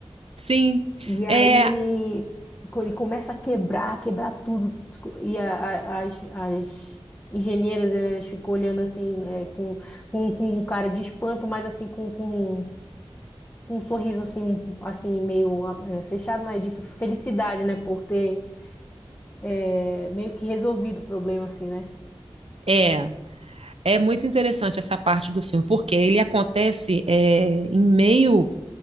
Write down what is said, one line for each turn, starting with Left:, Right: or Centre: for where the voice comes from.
Right: Sim.
Left: E aí
Right: É,
Left: co- ele começa a quebrar, quebrar tudo. E a- a- as, as engenheiras, elas ficam olhando assim, é, com, com, com um cara de espanto, mas assim, com com- um sorriso assim, um- assim meio ah, é, fechado, né? De felicidade, né? Por ter é, meio que resolvido o problema, assim, né?
Right: é, é muito interessante essa parte do filme, porque ele acontece é, em meio